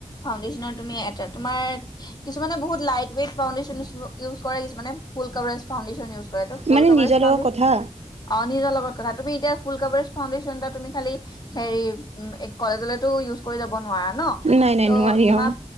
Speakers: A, on the left; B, on the right.
A: ফাউণ্ডেশচনৰ তুমি এ', তোমাৰ কিছুমানে বহুত লাইট ৱেইট ফাউডেশন ইউজ কৰাইছে মান ফুল কভাৰেজ ফাণ্ডেশন ইউজ টো ফুল
B: মানে
A: কাপাৰ
B: নিজৰ
A: চানি
B: লগত কথা
A: আৰু নিজৰ লগত কথা তুমি এতিয়া ফুল কভাৰেজ ফাউণ্ডেশচন এটা তুমি খালি হেৰি উম কলেজলেতো ইউজ কৰি যাব নোৱাৰা। ন',
B: নাই নাই
A: ত
B: নোৱাৰি
A: ', তোমাৰ
B: অ